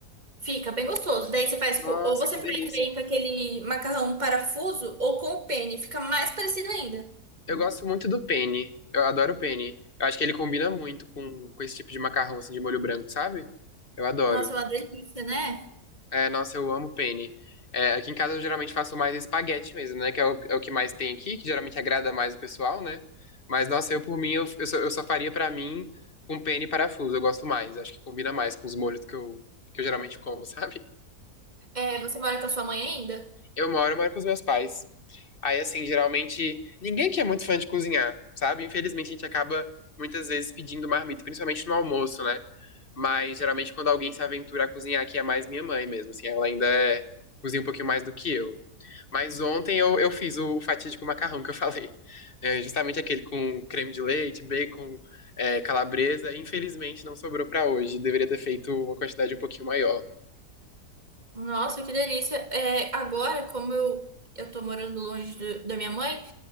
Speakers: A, on the right; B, on the left.
A: Fica bem gostoso. Daí você faz
B: Nossa,
A: com, ou você
B: que
A: faz
B: delícia.
A: aí com aquele macarrão parafuso ou com o penne, fica mais parecido ainda.
B: Eu gosto muito do penne. Eu adoro o penne. Eu acho que ele combina muito com, com esse tipo de macarrão, assim, de molho branco, sabe? Eu adoro.
A: Nossa, é uma delícia, né?
B: É, nossa, eu amo penne. É, aqui em casa eu geralmente faço mais espaguete mesmo, né? Que é o, é o que mais tem aqui, que geralmente agrada mais o pessoal, né? Mas, nossa, eu por mim, eu, eu, só, eu só faria pra mim com penne e parafuso. Eu gosto mais. Acho que combina mais com os molhos que eu, que eu geralmente como, <laughs> sabe?
A: É, você mora com a sua mãe ainda?
B: Eu moro, eu moro com os meus pais. Aí, assim, geralmente, ninguém que é muito fã de cozinhar, sabe? Infelizmente, a gente acaba muitas vezes pedindo marmita, principalmente no almoço, né? Mas geralmente, quando alguém se aventura a cozinhar, que é mais minha mãe mesmo, assim, ela ainda é- cozinha um pouquinho mais do que eu. Mas ontem eu, eu fiz o fatídico macarrão que eu <laughs> falei. É justamente aquele com creme de leite, bacon, é, calabresa. Infelizmente, não sobrou pra hoje. Deveria ter feito uma quantidade um pouquinho maior.
A: Nossa, que delícia. É, agora, como eu, eu tô morando longe do- da minha mãe,